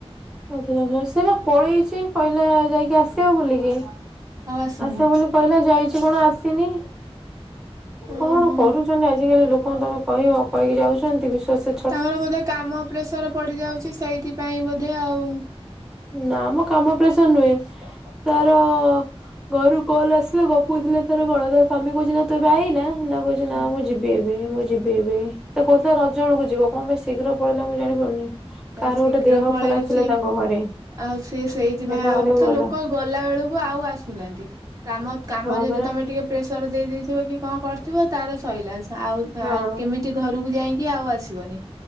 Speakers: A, in the centre; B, on the right.
A: ଆଚ୍ଛା ସେ ବା ପଳେଇଛି କହିଲା ଯାଇକି ଆସିବ ବୋଲିକି
B: ଆଉ ଆସୁନି।
A: ଆସିବ ବୋଲି କହିଲା ଯାଇଛି କଣ ଆସିନି
B: ଓହୋ
A: କଣ କରୁଛୁ ଆଜିକାଲି ଲୋକଙ୍କୁ ତମେ କହିବ କହିକି ଯାଉଛନ୍ତି ବିଶ୍ୱାସ
B: ତାଙ୍କର ବୋଧେ କାମ ପ୍ରେସର ପଡି ଯାଉଛି ସେଇଥିପାଇଁ ବୋଧେ ଆଉ।
A: ନା ମ କାମ ପ୍ରେସର ନୁହେଁ ତାର ଘରୁ କଲ ଆସିଲେ ଗପୁ ଥିଲେ ତାର କଣ ତ ସ୍ୱାମୀ କହୁଛନ୍ତି ନା ତୁ ଏବେ ଆଇ ନା ନା କହୁଚି
B: ହଁ
A: ନା ମୁଁ ଯିବି ଏ ହେ ମୁଁ ଯିବି ଏବେ ସେ କହୁଥିଲା ରଜ ବେଳକୁ ଯିବ କଣ ପାଇଁ ଶୀଘ୍ର ପଳେଇଲା ମୁଁ ଜାଣିପାରୁନି।
B: ତା
A: କାହାର
B: ଶୀଘ୍ର
A: ଗୋଟେ ଦେହ
B: ପଳେଇଛି।
A: ଖରାପ ଥିଲା ତାଙ୍କ ଘରେ।
B: ଆଉ ସେ ସେଇଥିପାଇଁ
A: ଦେଖା
B: ଆଉ
A: କରିବାକୁ
B: ତ
A: ଗଲା
B: ଲୋକ ଗଲା ବେଳକୁ ଆଉ ଆସୁନାହାନ୍ତି। କାମ କାମ
A: ହଁ
B: ଯଦି
A: ପରା
B: ତମେ ଟିକେ ପ୍ରେସର ଦେଇଥିବ କି କଣ କରିଥିବ ତାର ସଇିଲା ଆଉ
A: ହଁ
B: କେମିତି ତି ଘରକୁ ଯାଇକି ଆଉ ଆସିବନି।